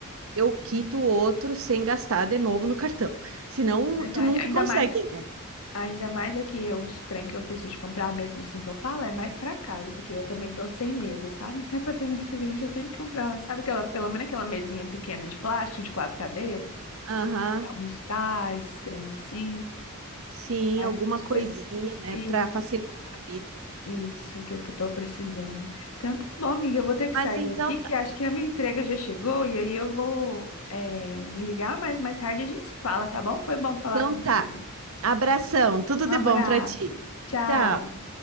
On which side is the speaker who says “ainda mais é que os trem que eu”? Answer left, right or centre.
Left